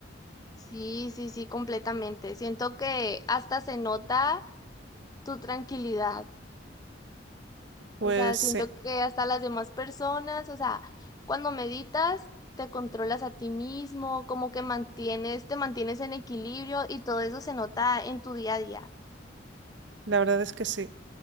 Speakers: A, on the left; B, on the right.
A: Sí, sí, sí, completamente. Siento que hasta se nota tu tranquilidad.
B: Pues
A: O sea, siento
B: sí,
A: que hasta las demás personas, o sea, cuando meditas, te controlas a ti mismo, como que mantienes, te mantienes en equilibrio y todo eso se nota en tu día a día.
B: la verdad es que sí.